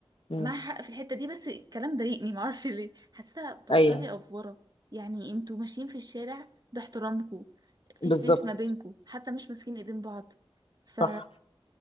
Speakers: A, on the left; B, on the right.
A: امم
B: معاها حق في الحتة دي بس الكلام ضايقني معرفش ليه حسيتها بطلي
A: ايوه
B: افورة يعني انتوا ماشيين في الشارع باحترامكم في
A: بالظبط
B: سبيس ما بينكم حتى مش ماسكين ايدين بعض ف
A: صح